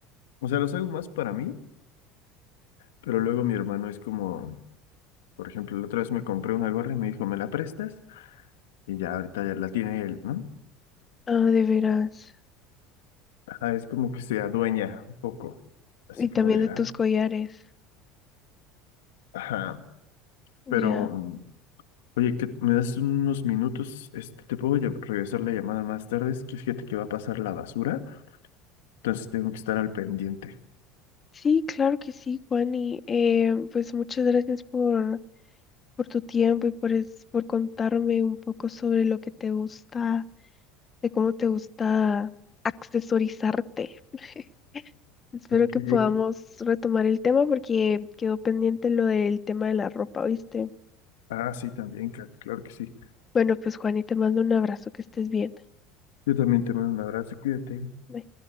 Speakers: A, on the left (about 85°); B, on the left (about 30°).
A: o sea, los hago más para mí, pero luego mi hermano es como, por ejemplo, la otra vez me compré una gorra y me dijo, ¿me la prestas? Y ya ahorita ya la tiene él, ¿no?
B: Ah, de veras.
A: Ajá, es como que se adueña un poco, así
B: Y
A: como
B: también
A: de,
B: de
A: ah,
B: tus collares.
A: ajá.
B: Ya.
A: Pero, mm, oye, que me das unos minutos, este, te puedo lle- regresar la llamada más tarde, es que fíjate que va a pasar la basura, entonces tengo que estar al pendiente.
B: Sí, claro que sí, Juani. Eh, pues muchas gracias por, por tu tiempo y por, es- por contarme un poco sobre lo que te gusta, de cómo te gusta accesorizarte. <laughs> Espero
A: Ok.
B: que podamos retomar el tema porque quedó pendiente lo del tema de la ropa, ¿viste?
A: Ah, sí, también, ca- claro que sí.
B: Bueno, pues Juani, te mando un abrazo, que estés bien.
A: Yo también te mando un abrazo, cuídate.
B: Bye.